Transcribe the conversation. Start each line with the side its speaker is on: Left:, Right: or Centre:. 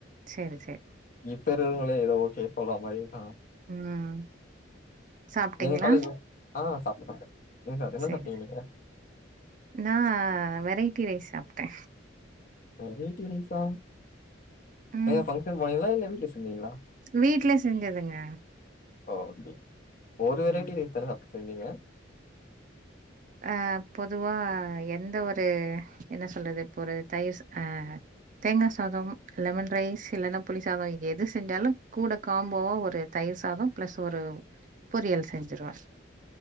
Right: சேரி சே
Left: இப்ப இருவங்களே ஏதோ ஓகே சொல்ற மாரி தா
Right: ம் சாப்ட்டீங்களா
Left: நீங்க காலேஜ் ஆ சாப்ட்டே சாப்ட்டே நீங்க சாப்டிங் என்ன
Right: சரி
Left: சாப்பிட்டீங்க நீங்க
Right: நா வெரைட்டி ரைஸ் சாப்ட்டே
Left: வேரைட்டி ரைசா
Right: ம்
Left: எங்க பங்க்ஷன் போனீங்களா இல்ல வீட்ல செஞ்சீங்களா
Right: வீட்ல செஞ்சதுங்க
Left: ஓகே ஒரு
Right: ம்
Left: வெரைட்டி ரைஸ் தான அப்ப செஞ்சீங்க
Right: அ பொதுவா எந்த ஒரு என்ன சொல்றது இப்ப ஒரு தயிர் ஆ தேங்கா சாதம் லெமன் ரைஸ் இல்லன்னா புளி சாதம் எது செஞ்சாலு கூட காம்போவா ஒரு தயிர் சாதம் ப்ளஸ் ஒரு பொரியல் செஞ்சுருவே